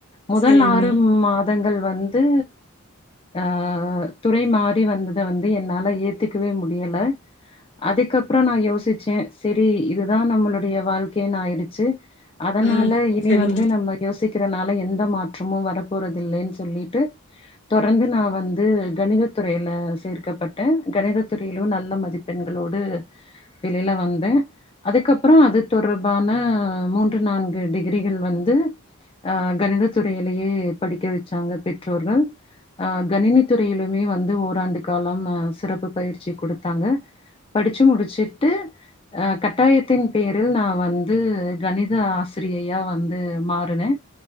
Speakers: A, on the left; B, on the left.
A: முதல்
B: செரிங்க
A: ஆறு மாதங்கள் வந்து அ துறை மாறி வந்தத வந்து என்னால ஏத்துக்கவே முடியல அதுக்கப்புற நா யோசிச்சே செரி இதுதா நம்மளுடைய வாழ்க்கைன்னு ஆயிடுச்சு அதனால
B: ம்
A: இனி
B: செரிங்க
A: வந்து நம்ம யோசிக்கிறனால எந்த மாற்றமு வர போறதில்லைன்னு சொல்லிட்டு தொடர்ந்து நா வந்து கணித துறையில சேர்க்கப்பட்டே கணித துறையிலும் நல்ல மதிப் பெண்களோடு வெளில வந் தே அதுக்கப்புற அது தொடர்பான மூன்று நான்கு டிகிரிகள் வந்து அ கணித துறையிலேயே படிக்க வெச்சாங்க பெற்றோர்கள் அ கணினி துறையிலுமே வந்து ஓராண்டு காலம் அ சிறப்பு பயிற்சி குடுத்தாங்க படிச்சு முடிச்சிட்டு அ கட்டாயத்தின் பேரில் நா வந்து கணித ஆசிரியையா வந்து மாறுனே